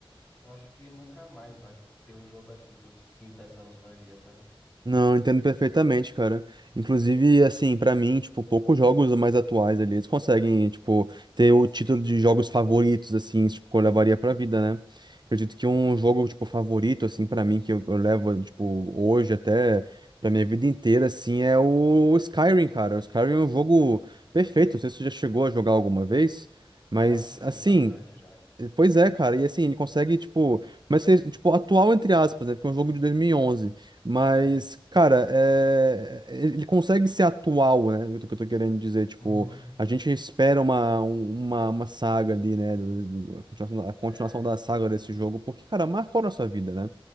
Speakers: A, on the left (about 25°); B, on the right (about 50°).
A: Eu acho que nunca mais vai ter um jogo assim que eu sinta essa nostalgia, sabe?
B: Não, entendo perfeitamente, cara. Inclusive, assim, pra mim, tipo, poucos jogos mais atuais ali, eles conseguem, tipo, ter o título de jogos favoritos, assim, tipo, que eu levaria pra
A: Uhum,
B: vida, né? Acredito que
A: uhum.
B: um jogo, tipo, favorito, assim, pra mim, que eu, eu levo, tipo, hoje até pra minha vida inteira, assim, é o Skyrim, cara. O Skyrim é um jogo perfeito, não sei se você já chegou a jogar alguma vez, mas,
A: Nossa, eu joguei
B: assim.
A: bastante já, cara.
B: Pois é, cara, e assim, ele consegue, tipo, mas ser, tipo, atual entre aspas, né, porque é um jogo de 2011 mas,
A: É,
B: cara, é... ele ele consegue ser atual, né, o que eu tô querendo dizer, tipo,
A: uhum,
B: a gente espera uma, um- uma, uma saga ali, né, do- do- a continuação, da a continuação
A: é,
B: da saga desse jogo, porque, cara, marcou a nossa vida, né,